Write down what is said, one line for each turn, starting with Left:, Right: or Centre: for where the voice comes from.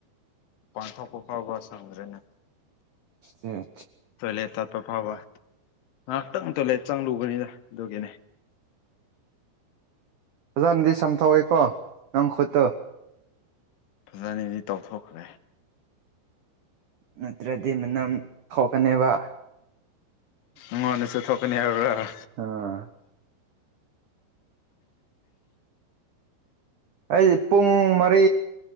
Left: ꯄꯥꯡꯊꯣꯛꯄ ꯐꯥꯎꯕ ꯆꯪꯗ꯭ꯔꯦꯅꯦ
Right: ꯍ
Left: ꯆꯂꯦ ꯇꯄ ꯐꯕ ꯉꯥꯏꯍꯥꯛꯇꯪ ꯇꯣꯏꯂꯦꯠ ꯆꯪꯂꯨꯕꯅꯤꯗ ꯑꯗꯨꯒꯤꯅꯦ
Right: ꯑꯣꯖꯅꯗꯤ ꯁꯝꯊꯣꯛꯑꯦꯀꯣ ꯅꯪ ꯈꯨꯠꯇꯨ
Left: ꯐꯖꯅꯤꯗꯤ ꯇꯧꯊꯣꯛꯈ꯭ꯔꯦ
Right: ꯅꯠꯇ꯭ꯔꯗꯤ ꯃꯅꯝ ꯊꯣꯛꯀꯅꯦꯕ
Left: ꯑꯣꯅꯤꯁ ꯊꯀꯅꯤ ꯍꯥꯏ ꯍ
Right: ꯑꯥ ꯑꯩꯗꯤ ꯄꯨꯡ ꯃꯔꯤ